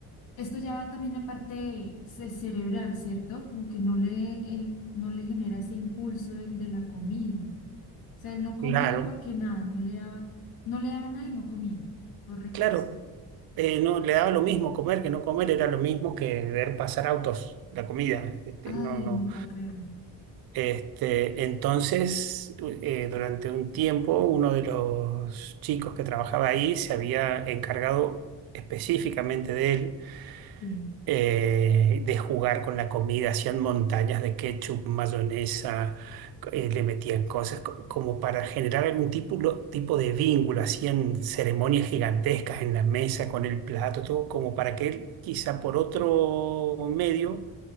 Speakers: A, on the left; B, on the right.
A: Esto ya va también a parte ce- cerebral, ¿cierto? Como que no le, él, no le genera ese impulso el de la comida. O sea, él no comía
B: Claro,
A: porque nada, no le daba, no le daba nada y no comía. Correcto,
B: claro,
A: sí.
B: Eh, no, le daba lo mismo comer que no comer, era lo mismo que ver pasar autos, la comida. Este,
A: Ay,
B: no, no.
A: no puedo creerlo.
B: Este, entonces, eh, durante un tiempo, uno de los chicos que trabajaba ahí se había encargado específicamente de él
A: Sí.
B: eh, de jugar con la comida, hacían montañas de ketchup, mayonesa, eh, le metían cosas co- como para generar algún tipo, lo- tipo de vínculo, hacían ceremonias gigantescas en la mesa con el plato, todo como para que él, quizá por otro medio,